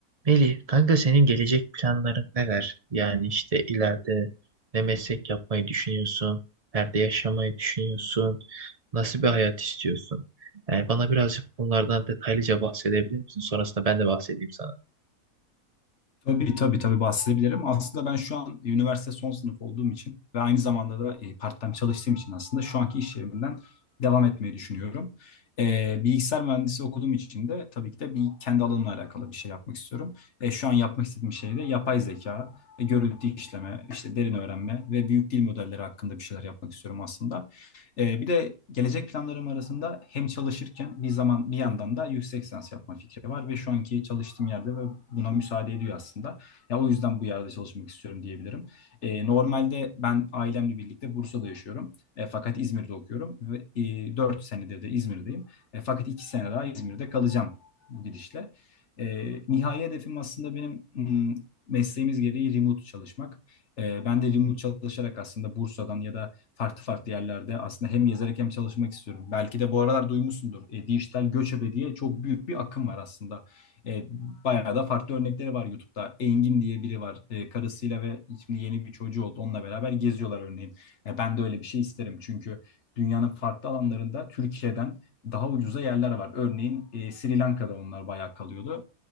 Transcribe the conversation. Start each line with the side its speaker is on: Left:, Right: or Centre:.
Right: Melih, kanka senin gelecek planların neler? Yani işte ileride ne meslek yapmayı düşünüyorsun? Nerede yaşamayı düşünüyorsun? Nasıl bir hayat istiyorsun? Yani bana birazcık bunlardan detaylıca bahsedebilir misin? Sonrasında ben de bahsedeyim sana.
Left: Tabii tabii tabii bahsedebilirim. Aslında ben şu an üniversite son sınıf olduğum için ve aynı zamanda da e, part-time çalıştığım için aslında şu anki iş yerimden devam etmeyi düşünüyorum. E, bilgisayar mühendisi okuduğum için de tabii ki de bir kendi alanımla alakalı bir şey yapmak istiyorum. E, şu an yapmak istediğim şey de yapay zeka, e, görüntü işleme, işte derin öğrenme ve büyük dil modelleri hakkında bir şeyler yapmak istiyorum aslında. Ee, bir de gelecek planlarım arasında hem çalışırken bir zaman bir yandan da yüksek lisans yapma fikri var ve şu anki çalıştığım yerde ve buna müsaade ediyor aslında. Ya o yüzden bu yerde çalışmak istiyorum diyebilirim. Ee, normalde ben ailemle birlikte Bursa'da yaşıyorum. E, fakat İzmir'de okuyorum ve e, 4 senedir de İzmir'deyim. E, fakat 2 sene daha İzmir'de kalacağım bu gidişle. E, nihai hedefim aslında benim hmm, mesleğimiz gereği remote çalışmak. E, ben de remote çalışarak aslında Bursa'dan ya da farklı farklı yerlerde aslında hem yazarak hem çalışmak istiyorum. Belki de bu aralar duymuşsundur. E, dijital göçebe diye çok büyük bir akım var aslında. E, bayağı da farklı örnekleri var YouTube'da. Engin diye biri var. E, karısıyla ve şimdi yeni bir çocuğu oldu. Onunla beraber geziyorlar örneğin. E, ben de öyle bir şey isterim çünkü dünyanın farklı alanlarında Türkiye'den daha ucuza yerler var. Örneğin e, Sri Lanka'da onlar bayağı kalıyordu.